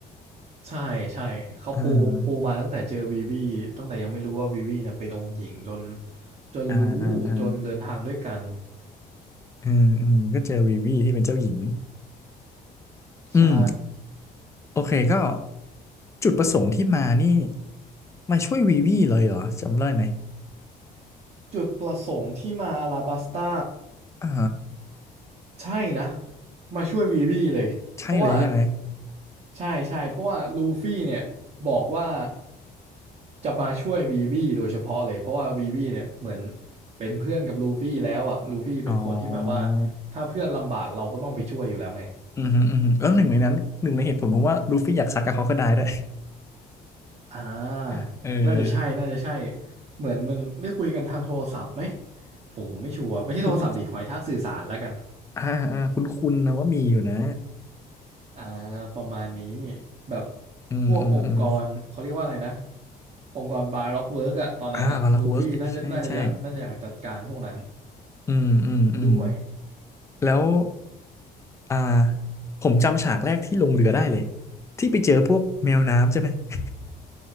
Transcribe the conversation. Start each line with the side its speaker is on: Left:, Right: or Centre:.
Right: ใช่ใช่เขาปูปูมาตั้งแต่เจอวีวีตั้งแต่ยังไม่รู้ว่าวีวีเนี่ยเป็นองค์หญิงจน
Left: เออ
Right: จนรู้
Left: อ่าอ่าอ่า
Right: จนเดินทางด้วยกัน
Left: อืมอืมก็เจอวีวีที่เป็นเจ้าหญิงอืม
Right: ใช่
Left: โอเคก็จุดประสงค์ที่มานี่มาช่วยวีวีเลยเหรอจำได้ไหม
Right: จุดประสงค์ที่มาอาราบัสตา
Left: อ่า
Right: ใช่นะมาช่วยวีวีเลยเพราะว่า
Left: ใช่เลยใช่ไหม
Right: ใช่ใช่เพราะว่าลูฟี่เนี่ยบอกว่าจะมาช่วยวีวีโดยเฉพาะเลยเพราะว่าวีวีเนี่ยเหมือนเป็นเพื่อนกับลูฟี่แล้วอ่ะลูฟี่เป็นคนที่แบบว่า
Left: อ๋อ
Right: ถ้าเพื่อนลำบากเราก็ต้องไปช่วยอยู่แล้วไง
Left: อือฮึอือฮึแล้วหนึ่งในนั้นหนึ่งในเหตุผลผมว่าลูฟี่อยากซัดกับเขาก็ได้ด้วย
Right: อ่าน่าจะใช่น่าจะใช่
Left: <laughs> เออ
Right: เหมือนมันได้คุยกันทางโทรศัพท์ไหมผมไม่ชัวร์ไม่ใช่โทรศัพท์ดิหอยทากสื่อสารแล้วกัน
Left: คุณอ่าอ่าคุณคุณนะว่ามีอยู่นะ
Right: อ่าประมาณนี้แบบ
Left: อืมอืมอืม
Right: พวกองค์กรเขาเรียกว่าอะไรนะองค์กรบาร็อกเวิร์กอะตอนนั้นอะลูฟี่น่าจะน่าจะอยากน่าจะอยากจัดการพวกนั้น
Left: อ่าวาลักเวิร์กใช่ใช่อืมอืมอืม
Right: ด้วย
Left: แล้ว อ่า ผมจำฉากแรกที่ลงเรือได้เลยที่ไปเจอพวกแมวน้ำใช่ไหม <laughs>